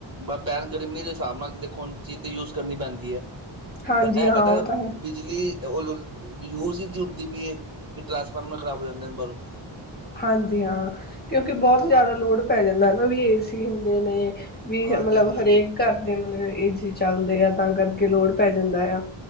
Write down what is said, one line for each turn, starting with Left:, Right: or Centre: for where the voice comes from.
Right: ਬ ਭੈਣ ਗਰਮੀ ਦੇ ਹਿਸਾਬ ਨਾਲ ਦੇਖੋ, ਹੁਣ ਚੀਜ਼ ਤੇ ਯੂਜ ਕਰਨੀ ਪੈਂਦੀ ਹੈ।
Left: ਹਾਂਜੀ
Right: ਪਰ ਹੈਗਾ
Left: ਹਾਂ
Right: ਬਇ
Left: ਉਹ ਤਾਂ ਹੈ
Right: ਬਿਜਲੀ ਓਲੁਲ ਯੂਸ ਹੀ ਇਤਨੀ ਹੋਂਦੀ ਪਈ ਹੈ ਕਿ ਟਰਾਂਸਫਾਰਮਰ, ਖਰਾਬ ਹੋ ਜਾਂਦੇ ਨੇ ਬਾਹਰੋਂ
Left: ਹਾਂਜੀ ਹਾਂ, ਕਿਉਂਕਿ ਬਹੁਤ ਜ਼ਿਆਦਾ ਲੋੜ ਪੈ ਜਾਂਦਾ ਹੈ ਨਾ ਵੀ ਏ ਕਈ ਹੁੰਦੇ ਨੇ ਵੀ
Right: ਹਾਂਜੀ
Left: ਮਤਲਬ
Right: ਹਾਂਜੀ ਹਾਂਜੀ
Left: ਹਰੇਕ ਘਰਦੇ ਮਤਲਬ ਏ ਸੀ ਚੱਲਦੇ ਆ ਤਾਂ ਕਰਕੇ ਲੋੜ ਪੈ ਜਾਂਦਾ ਆ।